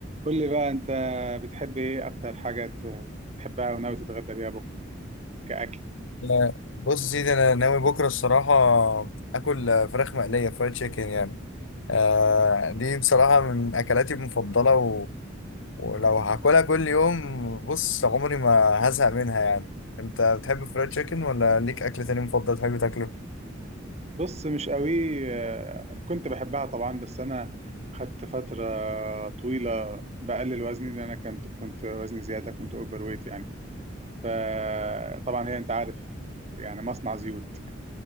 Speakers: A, on the right (about 35°); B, on the left (about 80°).
A: قول لي بقى انت بتحب ايه اكتر حاجة ت- تحبها وناوي تتغدى بيها بكرة كأكل
B: لا، بص يا سيدي انا ناوي بكره الصراحه اكل فراخ مقليه فرايد تشيكن يعني آه دي بصراحه من اكلاتي المفضله و... ولو هاكلها كل يوم بص عمري ما هزهق منها يعني انت بتحب فرايد تشيكن ولا ليك اكل تاني مفضل تحب تاكله
A: بص مش قوي آه، كنت بحبها طبعا بس انا خدت فترة طويلة بقلل وزني لان انا كنت كنت وزني زيادة كنت اوفر ويت يعني فطبعا هي انت عارف يعني مصنع زيوت